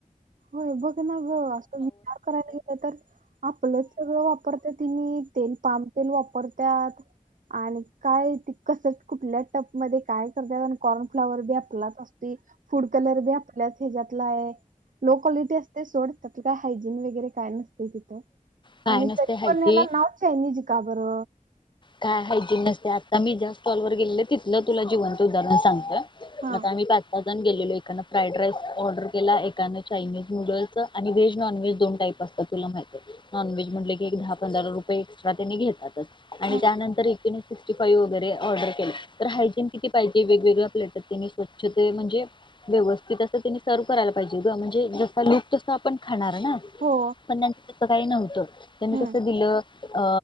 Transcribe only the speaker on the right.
होय बघ ना ग असं विचार करायला गेलं तर आपलंच सगळं वापरत्यात तेनी तेल पाम तेल वापरतात. आणि काय ते कसं कुठल्या टपमध्ये काय करत्यात आणि कॉर्नफ्लाॅवर बी आपलाच असतोय. फूड कलर बी आपल्याच ह्याच्यातला हाय. लो क्वालिटी असते सोड, त्यातलं काय हायजीन वगैरे काय नसते तिथं.
आणि
तरी
पण ह्याला नाव चायनीज का बर?
हा
हा
हो
हम्म